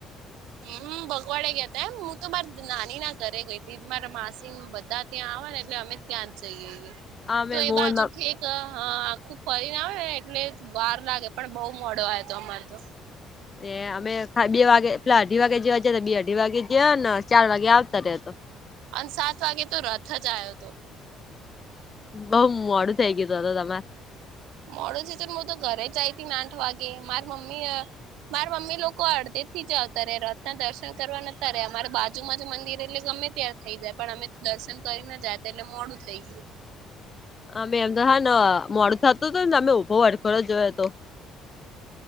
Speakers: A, on the right; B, on the left.
A: હમ- ભગવાડે ગયાતા એમ હું તો બર નાની ના ઘરે ગઈ હતી મારા માસી બધા ત્યાં આવેવા ને એટલે અમે- ત્યાં જ જઈએ
B: અમે
A: તો એ
B: મોલમાં
A: બાજુ ઠેક- તો હા આખું ફરીને આવેને એટલે વાર લાગે પણ બહુ મોડો આવ હતો અમાર તો-
B: એ અમે બે વાગે પેલા અઢી વાગે જવા જ તો બે અઢી વાગે જયા ને ચાર વાગે આવતા રિયા -
A: અને સાત વાગે તો રથ જ આવ્યો હતો-
B: બઉ મોડું થઇ ગયું હતું ત્યારે -
A: મોડું થતું છે તો હું તો ઘરે જઈ હતી ને આઠ વાગે મારિ મમ્મી- મારા મમ્મી લોકો અડધે થી જ આવતા રે રથના દર્શન કરવા નતા ર રહે અમારે બાજુમાંજુ મંદિર એટલે ગમે ત્યાં- થઈ જાય પણ અમે દર્શન કરીને જાય એટલે મોડું થઈ ગયું-
B: અમે એમ તો હા ને મોડું થતું હત ને તમે ભો વર્કરો જોયો તો-